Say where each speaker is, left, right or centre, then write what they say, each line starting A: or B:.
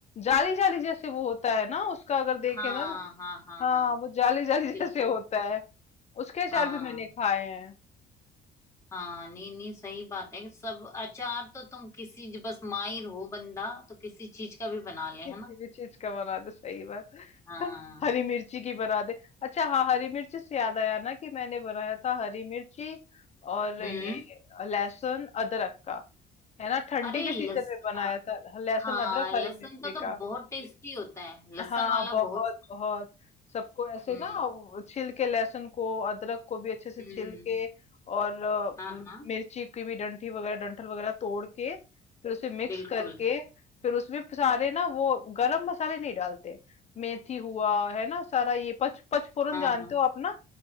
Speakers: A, on the left (about 40°); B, on the left (about 15°).
A: जाली जाली जैसे वो होता है ना उसका अगर देखे
B: हाँ
A: ना तो
B: हाँ हाँ
A: हाँ,
B: हाँ
A: वो जाली जाली <laughs>
B: बिल्कुल
A: जैसे होता है उसके अचार
B: हाँ
A: भी मैंने खाए हैं
B: हाँ नहीं नहीं सही बात है सब अचार तो तुम किसी बस माहिर हो बंदा तो किसी चीज का भी बना ले है
A: किसी
B: ना
A: भी चीज का बना दे सही बात
B: हाँ
A: <laughs> हरी मिर्ची की बना दे अच्छा हाँ हरी मिर्ची से याद आया ना कि मैंने बनाया था हरी मिर्ची और
B: हम्म
A: ये लहसुन अदरक का है ना ठंडी
B: अरे
A: के सीजन
B: लस
A: में बनाया
B: आ-
A: था लहसुन
B: हाँ
A: अदरक
B: लहसुन
A: हरी मिर्ची
B: का तो
A: का
B: बहुत टेस्टी होता है लहसुन
A: हाँ
B: वाला
A: बहुत
B: बहुत
A: बहुत सबको ऐसे
B: हम्म
A: ना वो छील के लहसुन को अदरक को भी अच्छे से
B: हम्म
A: छील के और अ,
B: हाँ हाँ
A: मिर्ची की भी डंठी वगैरह डंठल वगैरह तोड़ के फिर उसे मिक्स
B: बिल्कुल
A: करके फिर उसमें सारे ना वो गरम मसाले नहीं डालते मेथी हुआ है ना सारा ये पच पचफोरन
B: हाँ
A: जानते
B: हाँ
A: हो आप ना